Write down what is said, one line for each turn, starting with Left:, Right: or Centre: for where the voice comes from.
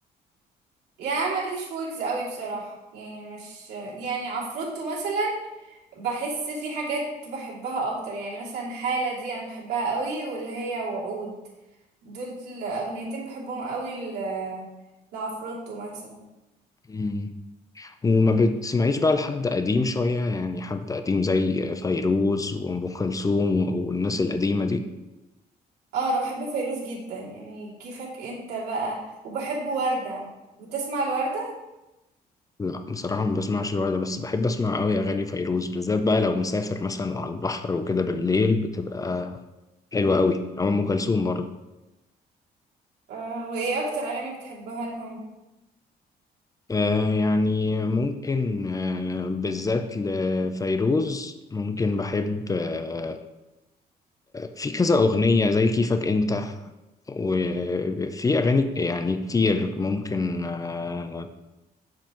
Right: يعني أنا ماليش في ويجز قوي بصراحه يعني مش يعني عفروتو مثلا بحس في حاجات بحبها اكتر يعني مثلا حالة دي انا بحبها قوي واللي هي وعود دول الاغنيتين بحبهم قوي ل- لعفروتو مثلا
Left: مم. وما بتسمعيش بقى لحد قديم شويه يعني حد قديم زي فيروز وام كلثوم والناس القديمه دي
Right: اه انا بحب فيروز جدا يعني كيفك انت بقى وبحب وردة بتسمع الوردة
Left: لا بصراحه ما بسمعش الوقت ده، بس بحب اسمع قوي اغاني فيروز بالذات بقى لو مسافر مثلا وعلى البحر وكده بالليل بتبقى حلوه قوي او ام كلثوم برضه
Right: آه وايه اكتر اغاني بتحبها لهم
Left: آه يعني ممكن آه بالذات لفيروز ممكن بحب آه، في كذا أغنية زي كيفك أنت وفي أغاني يعني كتير ممكن آه،